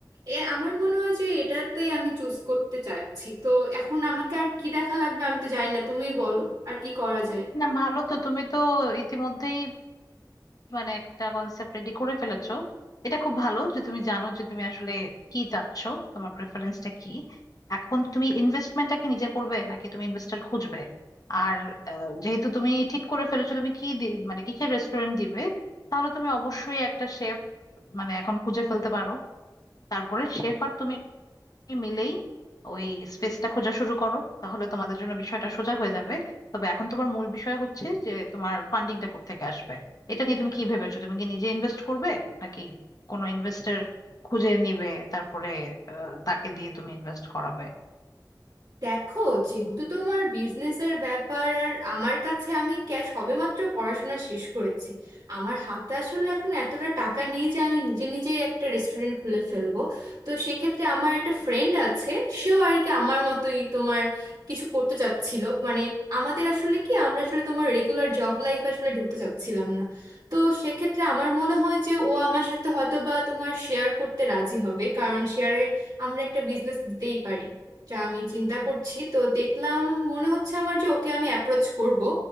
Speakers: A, on the right (about 60°); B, on the left (about 55°).
A: এ আমার মনে হয় যে এটাতেই আমি চুজ করতে চাচ্ছি তো এখন আমাকে আর কি দেখা লাগবে আমি তো জানি না তুমিই বলো আর কি করা যায়
B: না ভালো তো তুমি তো ইতিমধ্যেই মানে একটা কনসেপ্ট রেডি করে ফেলেছো এটা খুব ভালো যে তুমি জানো যে তুমি আসলে কি চাচ্ছ তোমার প্রেফারেন্সটা কি এখন তুমি ইনভেস্টমেন্টটা কি নিজে করবে নাকি তুমি ইনভেস্টর খুঁজবে আর আহ, যেহেতু তুমি ঠিক করে ফেলেছো তুমি কি দি- মানে কিসের রেস্টুরেন্ট দিবে তাহলে তুমি অবশ্যই একটা শেফ মানে এখন খুঁজে ফেলতে পারো তারপরে শেফ আর তুমি মিলেই ওই স্পেসটা খোঁজা শুরু করো তাহলে তোমাদের জন্য বিষয়টা সোজা হয়ে যাবে তবে এখন তোমার মূল বিষয় হচ্ছে যে তোমার ফান্ডিংটা কোত্থেকে আসবে এটা নিয়ে তুমি কি ভেবেছো তুমি কি নিজে ইনভেস্ট করবে নাকি কোনো ইনভেস্টর খুঁজে নিবে তারপরে আহ, তাকে দিয়ে তুমি ইনভেস্ট করাবে
A: দেখো যেহেতু তোমার বিজনেসের ব্যাপার আর আমার কাছে আমি ক্যাশ সবেমাত্র পড়াশোনা শেষ করেছি আমার হাতে আসলে এখন এতটা টাকা নেই যে আমি নিজে নিজেই একটা রেস্টুরেন্ট খুলে ফেলবো তো সেক্ষেত্রে আমার একটা ফ্রেন্ড আছে সেও আর কি আমার মতোই তোমার কিছু করতে চাচ্ছিল মানে আমাদের আসলে কি আমরা আসলে তোমার রেগুলার জব লাইফ আসলে ঢুকতে চাচ্ছিলাম না তো সেক্ষেত্রে আমার মনে হয় যে ও আমার সাথে হয়তো বা তোমার শেয়ার করতে রাজি হবে কারণ শেয়ারে আমরা একটা বিজনেস দিতেই পারি যা আমি চিন্তা করছি তো দেখলাম মনে হচ্ছে আমার যে ওকে আমি অ্যাপ্রোচ করব